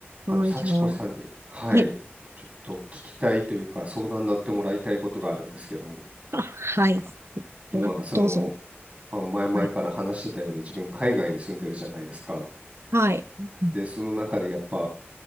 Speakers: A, on the right; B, on the right.
A: あの、
B: はい、
A: 幸子さんに、
B: じゃあ、
A: はい、
B: はい。
A: ちょっと聞きたいというか、相談になってもらいたいことがあるんですけど、
B: あ、はい。
A: 今、
B: どどうぞ。
A: その、まあ、前々から話してたように、
B: はい。
A: 自分、海外に住んでるじゃないですか。
B: はい。うん、
A: で、その中でやっぱ、